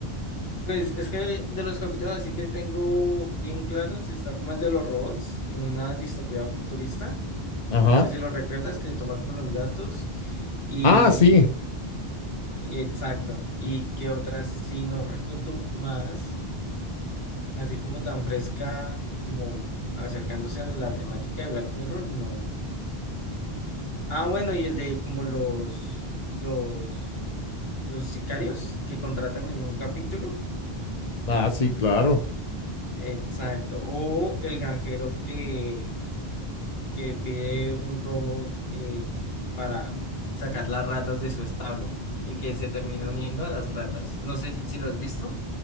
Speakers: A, on the left; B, on the left.
A: Pues es que de los capítulos así que tengo bien claros, está como el de los robots en una distopía futurista.
B: Ajá.
A: No sé si lo recuerdas, que toman con los gatos. Y
B: Ah, sí.
A: exacto. ¿Y qué otras? Sí, no recuerdo más. así como tan fresca, como acercándose a la temática de Black Mirror, no. Ah, bueno, y el de como los, los, los sicarios que contratan en un capítulo.
B: Ah, sí, claro.
A: Exacto. O el granjero que, que pide un robot eh, qui- para sacar las ratas de su establo y que se termina uniendo a las ratas. No sé si lo has visto.